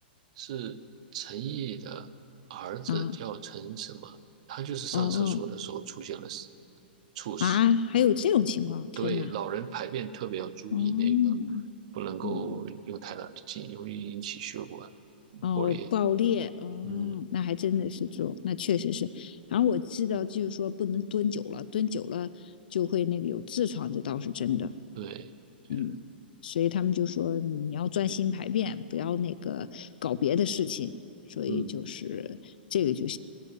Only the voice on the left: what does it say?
啊，
哦哦
啊，还有这种情况，天呐，
哦，
嗯，
哦，
爆裂，哦，
那还真的是这种，那确实是。然后我知道，就是说不能蹲久了，蹲久了就会那个有痔疮，这倒是真的。
嗯，所以他们就说你要专心排便，不要那个搞别的事情。所以就是这个就